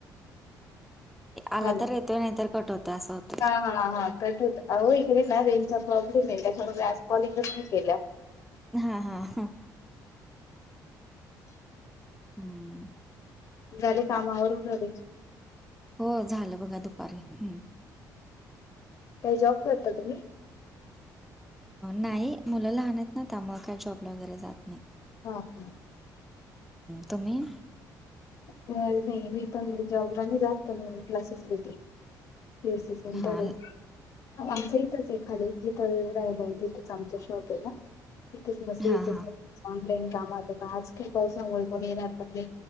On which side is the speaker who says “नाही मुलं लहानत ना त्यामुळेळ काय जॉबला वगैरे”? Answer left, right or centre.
Centre